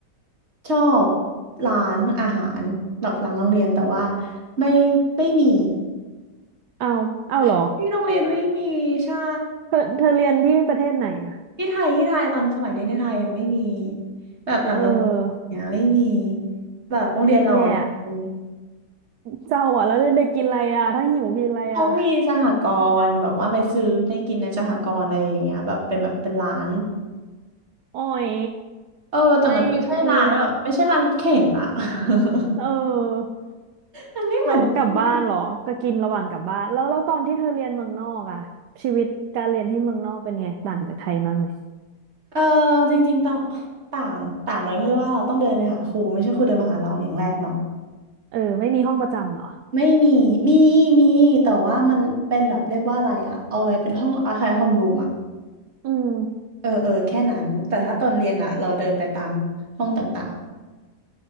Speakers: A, on the right; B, on the right.
A: ชอบร้านอาหารแบบหลังโรงเรียนแต่ว่าไม่ไม่มี
B: อ้าวอ้าวเหรอ
A: <laughs> ที่โรงเรียนไม่มีใช่
B: เธอเธอเรียนที่ประเทศไหนอ่ะ
A: ที่ไทยที่ไทยตอนสมัยเรียนที่ไทยอ่ะไม่มีแบบหลังโรงเรียนเนี่ยไม่มี
B: เออ
A: แบบโรงเรียนเราอะไม่มี
B: แย่อะเศร้าอ่ะแล้วเด็กๆกินอะไรอ่ะถ้าหิวกินอะไรอ่ะ
A: เขามีสหกรณ์แบบว่าไปซื้อได้กินในสหกรณ์อะไรอย่างเงี้ยแบบเป็นแบบเป็นร้าน
B: อ๋อย
A: เออแต่มันไม่ใช่ร้านแบบไม่ใช่ร้านรถเข็นอะ
B: ไม่คือ
A: <laughs>
B: เออ
A: มันไม่เหมือนกันอะ
B: ก็กลับบ้านเหรอก็กินระหว่างกลับบ้านแล้วแล้วตอนที่เธอเรียนเมืองนอกอ่ะชีวิตการเรียนที่เมืองนอกเป็นไงต่างจากไทยมากไหม
A: เออจริงๆต่างต่างต่างเลยคือว่าเราต้องเดินไปหาครูไม่ใช่ครูเดินมาหาเราอย่างแรกเนาะ
B: เออไม่มีห้องประจำเหรอ
A: ไม่มีมีมีแต่ว่ามันเป็นแบบเรียกว่าอะไรอะเอาไว้เป็นห้องอาคารโฮมรูมอะ
B: อืม
A: เออเออแค่นั้นแต่ถ้าตอนเรียนอะเราเดินไปตามห้องต่าง